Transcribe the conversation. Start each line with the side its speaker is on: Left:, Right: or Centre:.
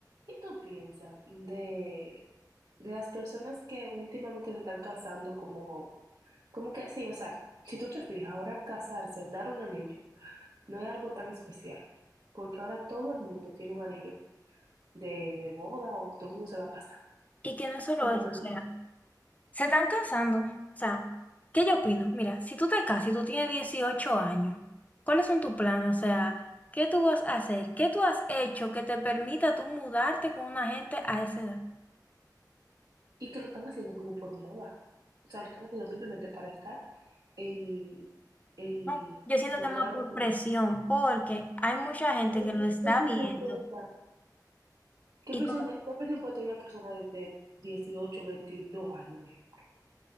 Right: ¿Qué tú piensas de, de las personas que últimamente se están casando como, como que sí O sea, si tú te fijas, ahora casarse, dar un anillo, no es algo tan especial, porque ahora todo el mundo tiene un anillo de, de boda o todo el mundo se va a casar.
Left: Y que no es solo
Right: Como
Left: eso,
Right: que,
Left: o sea, se están casando. O sea, ¿qué yo opino? Mira, si tú te casas y tú tienes 18 años, ¿cuáles son tus planes? O sea, ¿qué tú vas a hacer? ¿Qué tú has hecho que te permita tú mudarte con una gente a esa edad?
Right: y que lo están haciendo como por moda. O sea, lo están haciendo simplemente para estar en, en
Left: No, yo siento
Right: lo
Left: que es
Right: que
Left: más
Right: ahora...
Left: por presión, porque hay mucha gente
Right: ¿Qué
Left: que lo está
Right: presión
Left: viendo
Right: puede dar? <laughs> ¿Qué
Left: y
Right: presión
Left: como
Right: de- qué presión puede tener una persona de, de 18, 22 años? por ejemplo?